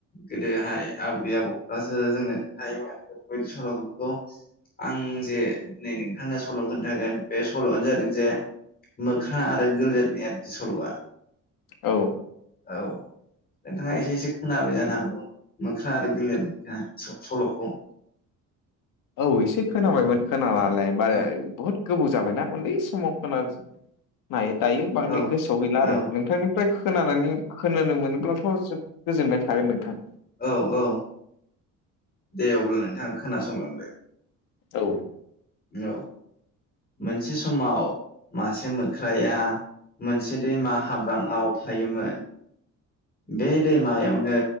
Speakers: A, on the left; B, on the left.
A: गोदोहाय आबै आबौफ्रासो जोंनो खोन्थायोमोन बेफोरबायदि सल'फोरखौ आं जे नै नोंथांनो सल' खोन्थागोन बे सल'आनो जादों जे मोख <unintelligible> आरो गोलेरनि आरोखि सल'आ।
B: औ
A: औ नोंथाङा एसे एसे खोनाबाय जानो हागौ मोख्रा आरो गोलेर
B: बे
A: सल'खौ
B: औ एसे खोनाबायमोन खोनालाय बार
A: औ
B: बहुद। गोबौ जाबायना उन्दै समाव खोनानायनाय दायो बांद्राय
A: औ
B: गोसोआव गैला आरो
A: औ
B: नोंथांनि ओफ्राय खोनानानै खोनो मोनोब्लाथ' जोबोद गोजोननाय थागोन नोंथां।
A: औ औ दे अब्ला नोंथाङा खोनासंलांदो
B: औ।
A: औ मोनसे समाव मासे मोख्राया मोनसे दैमा हाब्रांआव थायोमोन बे दैमायावनो